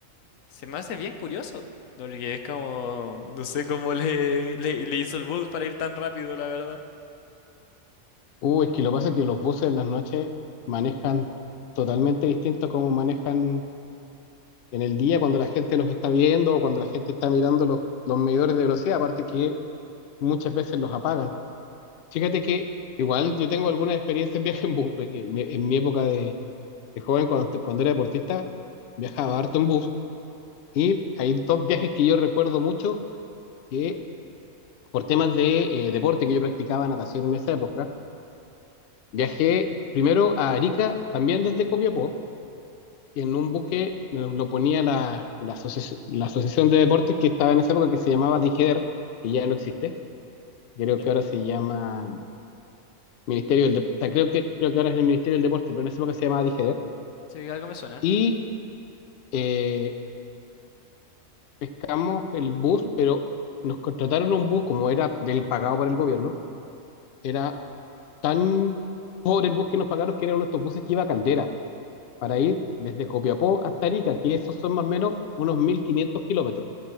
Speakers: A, on the left; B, on the left.
A: se me hace bien curioso. Porque es como, no sé cómo le, <laughs> le, le hizo el bus para ir tan rápido, la verdad.
B: Uy, es que lo que pasa es que los buses en las noches manejan totalmente distinto a cómo manejan en el día cuando la gente los está viendo o cuando la gente está mirando los, los medidores de velocidad, aparte que muchas veces los apagan. Fíjate que igual yo tengo algunas experiencias en viaje en bus, porque en mi, en mi época de, de joven, cuando, cuando era deportista, viajaba harto en bus y hay dos viajes que yo recuerdo mucho que por temas de eh, deporte que yo practicaba natación en esa época Viajé primero a Arica, también desde Copiapó, y en un buque me lo ponía la, la, asoci- la asociación de deportes que estaba en esa época, que se llamaba DIGEDER, que ya no existe. Creo
A: ¿Ya?
B: que ahora se llama Ministerio del Dep- o sea, creo que, creo que ahora es el Ministerio del Deporte, pero en esa época se llamaba DIGEDER.
A: Sí, algo me suena.
B: Y eh, pescamos el bus, pero nos contrataron un bus, como era del pagado por el gobierno, era tan pobre el bus que nos pagaron que era uno de estos buses que iba a Caldera para ir desde Copiapó hasta Arica, que esos son más o menos unos 1500 kilómetros.